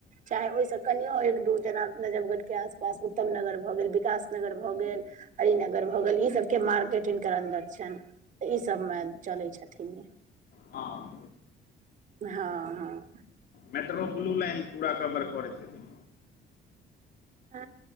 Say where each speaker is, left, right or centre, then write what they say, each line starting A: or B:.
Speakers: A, on the right (about 40°); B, on the left (about 55°).
A: चाहे ओयसँ कनियो एक दू जेना नजफगढ़के आसपास, उत्तम नगर भऽ गेल, विकासनगर भऽ गेल। हरिनगर भऽ गेल ई सबके मार्केटिंग के अन्दर छैन। ई सभमे चलै छथिन इ।
B: हाँ।
A: ह- ह।
B: मेट्रो ब्लू लाइन पूरा कवर करैत हेथीन।
A: ह।